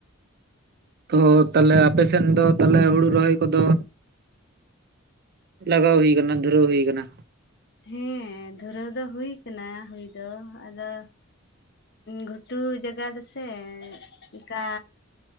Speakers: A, on the right; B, on the left.
A: ᱛᱚ ᱛᱟᱞᱦᱮ ᱟᱯᱮ ᱥᱮᱱ ᱫᱚ ᱛᱟᱦᱚᱞᱮ ᱦᱩᱲᱩ ᱨᱚᱦᱚᱭ ᱠᱚᱫᱚ ᱞᱟᱜᱟᱣ ᱦᱩᱭ ᱠᱟᱱᱟ ᱫᱷᱩᱨᱟᱹᱣ ᱦᱩᱭ ᱠᱟᱱᱟ᱾
B: ᱦᱮᱸ ᱫᱷᱩᱨᱟᱹᱣ ᱫᱚ ᱦᱩᱭ ᱠᱟᱱᱟ ᱦᱩᱭ ᱫᱚ ᱟᱫᱚᱼᱼ ᱜᱷᱩᱴᱩ ᱡᱟᱭᱜᱟ ᱫᱚᱥᱮ ᱚᱱᱠᱟ